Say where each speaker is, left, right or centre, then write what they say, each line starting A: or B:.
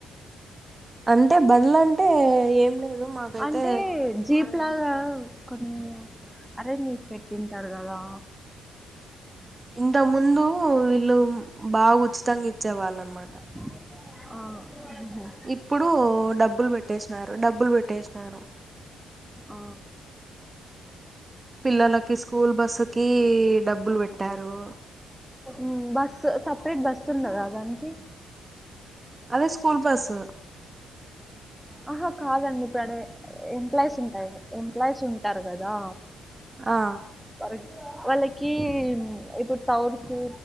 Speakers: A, on the right; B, in the centre.
A: అంటే బండ్ల అంటే ఏం లేదు మాకైతే
B: అంటే? జీప్ లాగా కొన్ని అరేంజ్ చేసి పెట్టింటారు కదా
A: ఇంత ముందు వీళ్ళు బాగా ఉచితంగా ఇచ్చే వాళ్ళ అనమాట.
B: ఆహ
A: ఇప్పుడు డబ్బులు పెట్టేసినారు, డబ్బులు పెట్టేసినారు.
B: ఆ
A: పిల్లలకి స్కూల్ బస్సుకి డబ్బులు పెట్టారు.
B: ఉ బస్ సపరేట్ బస్ ఉండదా దానికి?
A: అదే స్కూల్ బస్సు
B: ఆహా కాదండి ఇప్పుడుడే ఎంప్లాయీస్ ఉంటాయి ఎంప్లాయీస్ ఉంటారు కదా.
A: ఆ
B: కరెక్ట్ వాళ్ళకి ఇప్పుడు టౌన్ కి,